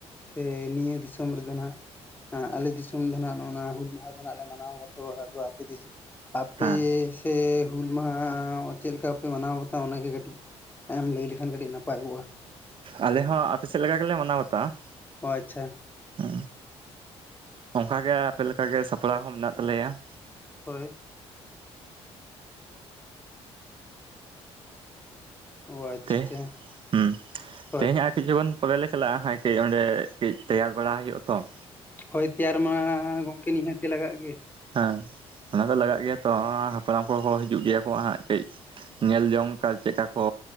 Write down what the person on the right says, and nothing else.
ᱦᱮᱸ
ᱟᱞᱮ ᱦᱚᱸ ᱟᱯᱮᱥᱮᱫ ᱞᱮᱠᱟ ᱜᱮᱞᱮ ᱢᱟᱱᱟᱣ ᱵᱟᱛᱟᱣᱟ ᱾
ᱦᱩ, ᱚᱝᱠᱟ ᱜᱮ ᱟᱯᱮ ᱞᱮᱠᱟ ᱜᱮ ᱥᱟᱯᱲᱟᱣ ᱦᱚᱸ ᱢᱮᱱᱟᱜ ᱛᱟᱞᱮᱭᱟ ᱾
ᱛᱮ
ᱦᱩᱸ
ᱛᱮᱦᱮᱸᱧᱟᱜ <unintelligible> ᱡᱩᱣᱟ. ᱱ ᱯᱚᱨᱮ ᱞᱮ ᱪᱟᱞᱟᱜᱼᱟ ᱦᱟᱜ ᱠᱟᱹᱡ ᱚᱸᱰᱮ ᱠᱟᱹᱡ ᱛᱮᱭᱟᱨ ᱵᱟᱲᱟ ᱦᱩᱭᱩᱜᱼᱟ ᱛᱚ ᱾
ᱦᱟᱸ ᱚᱱᱟ ᱫᱚ ᱞᱟᱜᱟᱜ ᱜᱮᱭᱟ ᱛᱚ ᱦᱟᱯᱲᱟᱢ ᱠᱚᱦᱚᱸ ᱠᱚ ᱦᱤᱡᱩᱜ ᱜᱮᱭᱟ ᱠᱚ ᱦᱟᱸᱜ ᱠᱟᱹᱡ ᱧᱮᱞ ᱡᱚᱝ ᱠᱟ ᱪᱮᱠᱟ ᱠᱚ